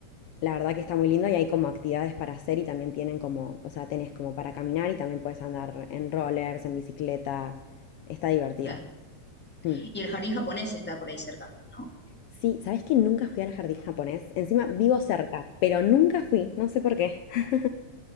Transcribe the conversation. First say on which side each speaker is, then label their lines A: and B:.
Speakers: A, on the left; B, in the centre.
A: la verdad que está muy lindo y hay como actividades para hacer y también tienen como, o sea, tenés como para caminar y también puedes andar en rollers, en bicicleta. Está divertido.
B: Claro.
A: Mm.
B: Y el jardín japonés está por ahí cerca, ¿no?
A: Sí, ¿sabés que nunca fui al jardín japonés? Encima vivo cerca, pero nunca fui, no sé por qué. <laughs>